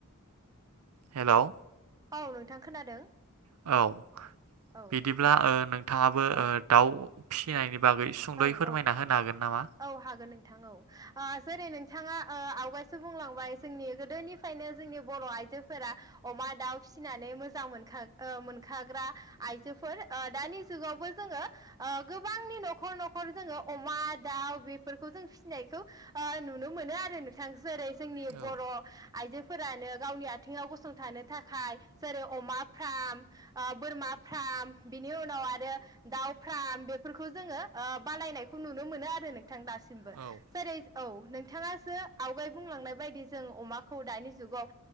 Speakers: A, on the right; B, on the right.
A: हेलौ
B: औ नोंथां खोनादों
A: औ बिदिब्ला
B: औ
A: नोंथाङाबो
B: औ
A: दाउ फिसिनायनि बागै सुंद'यै
B: औ
A: फोरमायना
B: औ
A: होनो हागोन नामा
B: औ हागोन नोंथां औ जेरै नोंथाङा आवगायसो बुंला जोंनि गोदोनिफ्रायनो जोंनि बर' आइजोफोरा अमा दाउ फिसिनानै मोजां मोनखाग मोनखाग्रा आइजोफोर दानि जुगावबो जोङो गोबांनि न'खर न'खर न'खर जोङो अमा दाउ बेफोरखौ जों फिसिनायखौ नुनो मोनो आरो नोंथां जेरै जोंनि
A: औ
B: बर' आइजोफोरानो गावनि आथिङाव गसंथानो थाखाय जेरै अमा फार्म बोरमा फार्म बिनि उनाव आरो दाउ फार्म बेफोरखौ जोङो बानायनायखौ नुनो मोनो आरो नोंथां दासिमबो
A: औ
B: जेरै औ नोंथाङासो आवगाय बुंलांनाय बायदि जों अमाखौ दानि जुगाव